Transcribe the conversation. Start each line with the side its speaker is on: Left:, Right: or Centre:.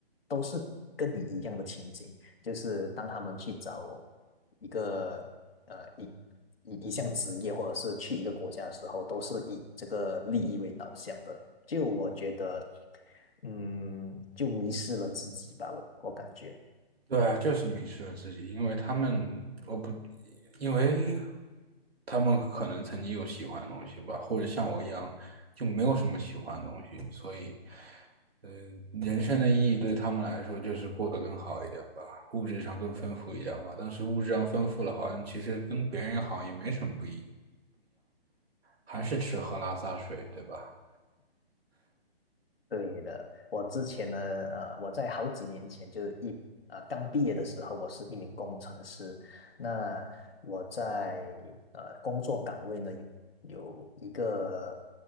Left: 都是跟你一样的情景，就是当他们去找一个呃一一一项职业，或者是去一个国家的时候，都是以这个利益为导向的，就我觉得，嗯，就迷失了自己吧，我我感觉。
Right: 对啊，就是迷失了自己，因为他们，我不，因为他们可能曾经有喜欢的东西吧，或者像我一样就没有什么喜欢的东西，所以，嗯、人生的意义对他们来说就是过得更好一点吧，物质上更丰富一点吧。但是物质上丰富了，好像其实跟别人好像也没什么不一，还是吃喝拉撒睡，对吧？
Left: 对的，我之前呢，呃，我在好几年前就一呃刚毕业的时候，我是一名工程师。那我在呃工作岗位呢，有有一个